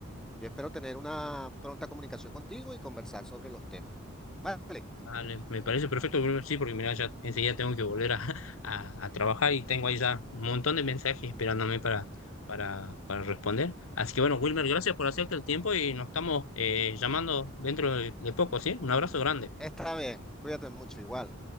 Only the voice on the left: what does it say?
vale, me parece perfecto, Bruno, sí, porque mira, ya enseguida tengo que volver a, <laughs> a- a trabajar y tengo ahí ya un montón de mensajes esperándome para, para, para responder. Así que bueno, Wilmer, gracias por hacerte el tiempo y nos estamos eh, llamando dentro de de poco, ¿sí? Un abrazo grande.